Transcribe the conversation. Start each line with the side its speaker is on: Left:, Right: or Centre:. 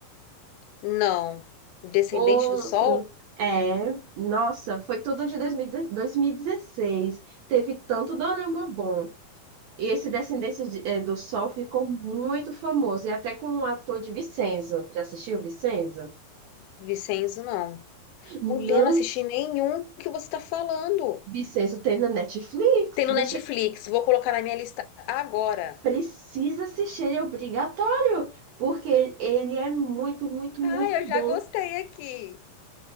Left: Não. Descendente
Right: Outro.
Left: do Sol?
Right: É, nossa, foi tudo de 2010 2016. Teve tanto dorama bom. E esse Descendência de- eh, do Sol ficou muito famoso, e até com um ator de Vincenzo. Já assistiu Vincenzo?
Left: Vicenzo, não.
Right: Não.
Left: Mulher, não assisti nenhum que você tá falando.
Right: Vincenzo tem na Netflix.
Left: Tem no
Right: Você
Left: Netflix, vou colocar na minha lista agora.
Right: precisa assistir, ele é obrigatório, porque ele é muito, muito,
Left: Ah,
Right: muito
Left: eu
Right: bom.
Left: já gostei aqui.